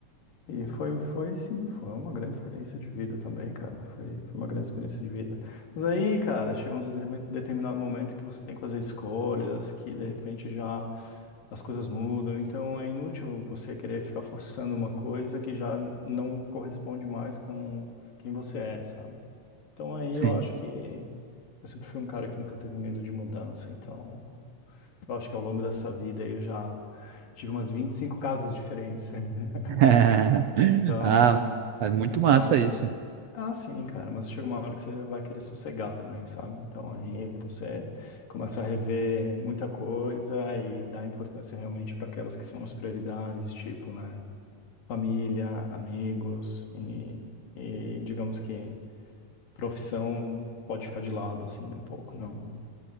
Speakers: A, on the left; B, on the right.
A: e foi, foi, sim, foi uma grande experiência de vida também, cara, foi, foi uma grande experiência de vida. Mas aí, cara, chega um determi- determinado momento que você tem que fazer escolhas, que de repente já as coisas mudam, então é inútil você querer ficar forçando uma coisa que já não corresponde mais com quem você é, sabe? Então aí
B: Sim.
A: eu acho que eu sempre fui um cara que nunca teve medo de mudança, então eu acho que ao longo dessa vida eu já tive umas 25 casas diferentes. <laughs>
B: <laughs>
A: Então,
B: Ah, mas muito
A: então,
B: massa isso.
A: ah, sim, cara, mas chega uma hora que você vai querer sossegar também, sabe? Então aí você começa a rever muita coisa e dá importância realmente para aquelas que são as prioridades, tipo, né, família, amigos e, e digamos que profissão pode ficar de lado, assim, um pouco. Não,